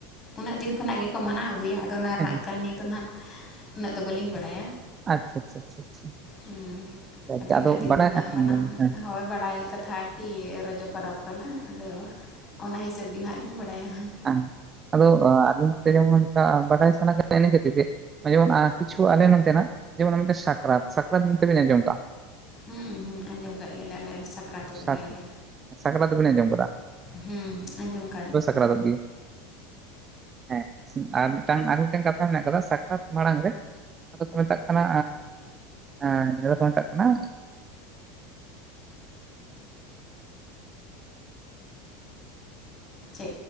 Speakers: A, on the left; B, on the right.
A: ᱩᱱᱟᱹᱜ ᱫᱤᱱ ᱠᱷᱚᱱᱟᱜ ᱜᱮᱠᱚ ᱢᱟᱱᱟᱣ ᱟᱹᱜᱩᱭᱟ ᱟᱫᱚ ᱚᱱᱟ
B: ᱦᱮᱸ
A: ᱨᱮᱱᱟᱜ ᱠᱟᱹᱦᱱᱤ ᱫᱚ ᱱᱟᱜᱼᱼ ᱩᱱᱟᱹᱜ ᱫᱚ ᱵᱟᱹᱞᱤᱧ ᱵᱟᱲᱟᱭᱟ᱾
B: ᱟᱪᱪᱷᱟ ᱟᱪᱪᱷᱟ ᱟᱪᱪᱷᱟ ᱟᱪᱪᱷᱟ
A: ᱦᱩᱸ
B: ᱡᱟᱭᱜᱟ
A: ᱟᱫᱚ ᱤᱱᱟᱹᱜ ᱫᱤᱱ
B: ᱵᱟᱰᱟᱭ
A: ᱠᱷᱚᱱᱟᱜ
B: ᱦᱮᱸ
A: ᱢᱟᱱᱟᱣ ᱦᱮᱱᱟᱜ
B: ᱦᱮᱸ
A: <unintelligible> ᱦᱚᱲ ᱵᱟᱲᱟᱭ ᱠᱟᱛᱷᱟ ᱠᱤ ᱨᱚᱡᱚ ᱯᱟᱨᱟᱵᱽ ᱠᱟᱱᱟ ᱟᱫᱚ, ᱚᱱᱟ ᱦᱤᱥᱟᱹᱵᱽ ᱜᱮ ᱱᱟᱦᱟᱜ ᱞᱤᱧ ᱵᱟᱲᱟᱭᱟ ᱦᱟᱸᱜ᱾
B: <unintelligible> ᱦ ᱟᱫᱚ ᱟ ᱡᱮᱢᱚᱱ ᱵᱟᱰᱟᱭ ᱥᱟᱱᱟ ᱤᱱᱟᱹᱛ ᱜᱮ ᱡᱮᱢᱚᱱ ᱠᱤᱪᱷᱩ ᱟᱞᱮ ᱱᱚᱛᱮᱱᱟᱜ, ᱡᱮᱢᱚᱱ ᱢᱤᱫᱴᱮᱱ ᱥᱟᱠᱨᱟᱛ, ᱥᱟᱠᱨᱟᱛ ᱢᱮᱱᱛᱮᱵᱮᱱ ᱟᱸᱡᱚᱢ ᱠᱟᱜᱼᱟ?
A: ᱦᱩᱸ ᱦᱩᱸ ᱟᱸᱡᱚᱢ ᱠᱟᱜ ᱜᱮᱭᱟᱞᱮ ᱥᱟᱠᱨᱟᱛᱚᱜ
B: ᱥᱟᱠ
A: ᱜᱮᱭᱟᱞᱮ᱾
B: ᱥᱟᱠᱨᱟᱛ ᱵᱤᱱ ᱟᱸᱡᱚᱢ
A: ᱦᱩᱸ ᱟᱸᱡᱚᱢ ᱠᱟᱞᱮᱧ <unintelligible>
B: ᱟ <unintelligible> ᱦᱮᱸ ᱟᱨ ᱢᱤᱫᱴᱟᱝ ᱟᱨ ᱢᱤᱫᱴᱟᱝ ᱠᱟᱛᱷᱟ ᱢᱮᱱᱟᱜ ᱟᱠᱟᱫᱟ ᱥᱟᱠᱨᱟᱛ ᱢᱟᱲᱟᱝ ᱨᱮᱼᱼ ᱚᱱᱟ ᱫᱚᱠᱚ ᱢᱮᱛᱟᱜ ᱠᱟᱱᱟ, ᱡᱟᱦᱟᱸ ᱫᱚᱠᱚ ᱢᱮᱛᱟᱜ ᱠᱟᱱᱟ
A: ᱪᱮᱫ